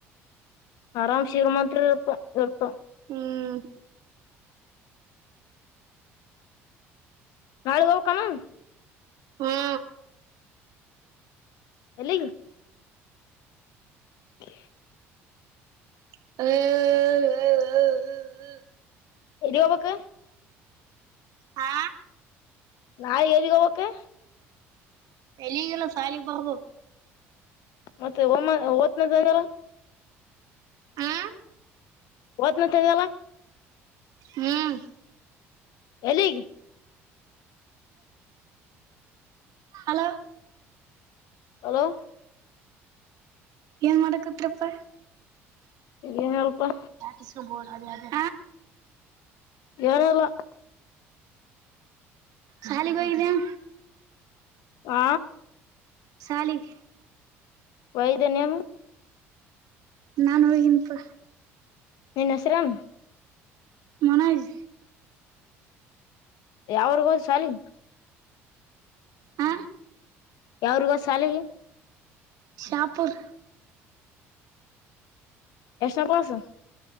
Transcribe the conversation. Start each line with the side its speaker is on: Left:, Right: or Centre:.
Left: ಆರಾಮ್ ಶಿರಮತ್ರಿ ಇಪ ಇರ್ಪ
Right: ಹ್ಮ್
Left: ನಾಳೆ ಹೋಗಕಮ್ಮ
Right: ಹಾ
Left: ಎಲ್ಲಿಗೆ <inaudible>
Right: ಹ ಹ ಹ
Left: ಎಲ್ಲಿಗೆ ಹೋಗ್ಬೇಕಾ
Right: ಹಾ
Left: ನಾ ಎಲ್ಲಿಗೇಹೋಗ್ಬೇಕಾ
Right: ಎಲ್ಲಿಗೆಲ್ಲ ಸಾಲಿಗೆ ಬಾ ಹೋಗ್ಬೇಕು
Left: ಮತ್ತೆ ಹ ಓತ್ನದನಲ್ಲ
Right: ಹ್ಮ್
Left: ಒದತನ ಅಂದಲ್ಲ
Right: ಹ್ಮ್
Left: ಎಲ್ಲಿಗೆ
Right: ಹಲೋ
Left: ಹಲೋ
Right: ಏನ್ ಮಾಡಾಕತ್ತೀರ್ ಪ
Left: ಏನಿಲ್ಲಪ್ಪ
Right: ತಾಟಿಸ್ಕೊಂಡ್ ಹೋಗು
Left: ಏನಿಲ್ಲ
Right: ಸಾಲಿಗೆ ಹೋಗಿದ್ದೆನ
Left: ಆ
Right: ಸಾಲಿಗೆ
Left: ವೈದ್ಯನ
Right: ನಾನ ಹೋಗಿನಪ್ಪ
Left: ನಿನ್ ಹೆಸರೇನು
Right: ಮನೋಜ್
Left: ಯಾವೂರು ಶಾಲಿ
Right: ಹ
Left: ಯಾವೂರಿಗೆ ಹೋದ ಸಾಲಿಗೆ
Right: ಶಾಪುರ್
Left: ಎಷ್ಟನ ಕ್ಲಾಸ್